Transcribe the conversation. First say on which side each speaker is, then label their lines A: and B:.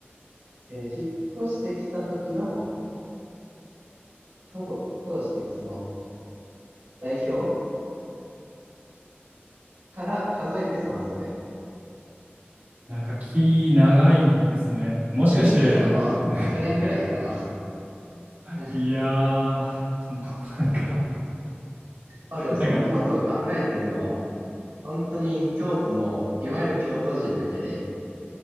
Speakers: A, on the right; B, on the right.
A: えー引っ越してきた時の、当通していくその、代表から数えて3世代。
B: なんか気長いですね。もしかして、
A: うん、だからまあ、
B: <laughs>
A: 100年ぐらいかな。<laughs>
B: いやー、もうなんか、
A: まあでも、そんなことを考えてるのは、
B: なんか、
A: 本当に京都の、いわゆる京都人だけで、